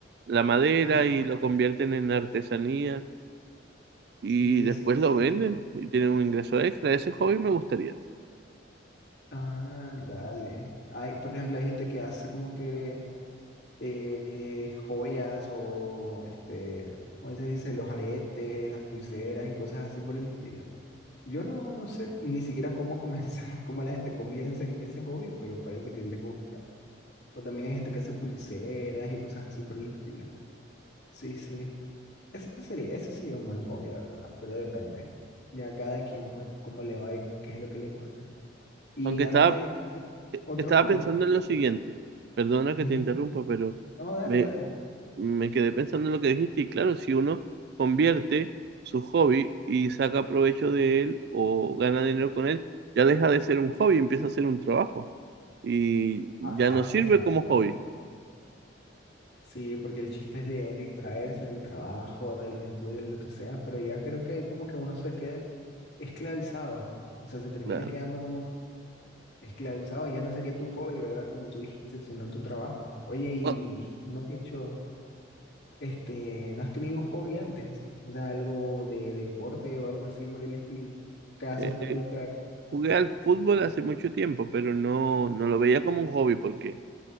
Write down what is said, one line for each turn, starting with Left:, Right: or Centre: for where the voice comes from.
Right: la madera
Left: Ah,
Right: y lo convierten en artesanía y
Left: sí,
Right: después
Left: sí, sí.
Right: lo
Left: sí.
Right: venden y tienen un ingreso extra. Ese hobby me gustaría.
Left: Ah, dale. Hay, por ejemplo, hay gente que hace como que eh, eh, joyas o este, ¿cómo se dice? Los aretes, las pulseras y cosas así por el estilo. Yo no, no sé ni siquiera cómo comenzar, <laughs> cómo la gente comienza en ese hobby, pero parece que les gusta. O también hay gente que hace pulseras y cosas así por el estilo. Sí, sí. Ese sería, ese sería un buen hobby, la verdad, pero depende. Ya cada quien, pues, cómo le va y qué es lo que le gusta. Y
Right: Aunque estaba,
Left: antes, otro
Right: estaba
Left: hobby.
Right: pensando en lo siguiente. Perdona que
Left: Ujú.
Right: te interrumpa, pero
Left: No, dale,
Right: me,
Left: dale.
Right: me quedé pensando en lo que dijiste. Y claro, si uno convierte su hobby y saca provecho de él o gana dinero con él, ya deja de ser un hobby, empieza a ser un trabajo. Y
Left: Ajá,
Right: ya no sirve
Left: exacto.
Right: como hobby.
Left: Sí, porque el chiste es de distraerse del trabajo, de los estudios, de lo que sea, pero ya creo que ahí como que uno se queda esclavizado. O sea, se termina
Right: Claro.
Left: quedando como esclavizado. Ya no sería tu hobby, ¿verdad? Como tú dijiste, sino tu trabajo. Oye, ¿y
Right: O-
Left: no has hecho? Este, ¿no has tenido un hobby antes? O sea, algo de deporte o algo así por el estilo. ¿Qué haces
Right: Eh,
Left: para distraer?
Right: jugué al fútbol hace mucho tiempo, pero no, no lo veía como un hobby porque